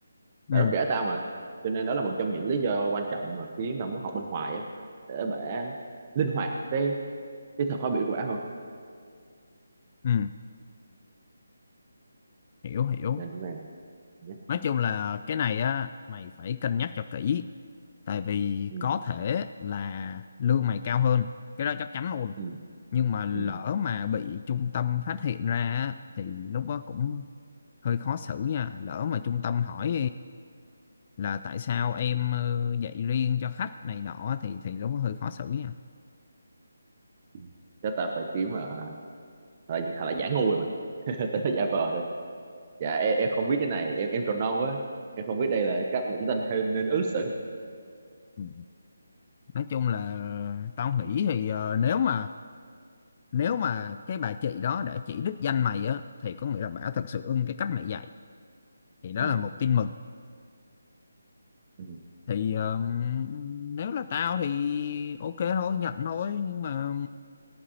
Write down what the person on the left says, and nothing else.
ừ
ừ hiểu hiểu
nói chung là cái này á mày phải cân nhắc cho kỹ tại vì
có thể là lương mày cao hơn cái đó chắc chắn luôn
nhưng mà lỡ
mà bị trung tâm phát hiện ra á, thì lúc đó cũng hơi khó xử nha lỡ mà trung tâm hỏi là tại sao em ờ, dạy riêng cho khách này nọ thì thì lúc đó hơi khó xử nha
Ừ. nói chung là tao nghĩ thì ờ, nếu mà nếu mà cái bà chị đó đã chỉ đích danh mày á thì có nghĩa là bà thật sự ưng cái cách mày dạy thì đó
là một tin mừng
thì ờ, nếu là tao thì ok thôi nhận thôi nhưng mà